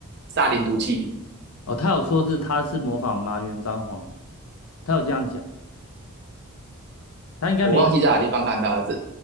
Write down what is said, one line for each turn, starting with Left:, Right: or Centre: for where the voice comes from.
Right: 沙林毒气，
Left: 哦，他有说是他是模仿麻原彰晃，他有这样讲，他应该没，
Right: 我忘记在哪地方看到了，这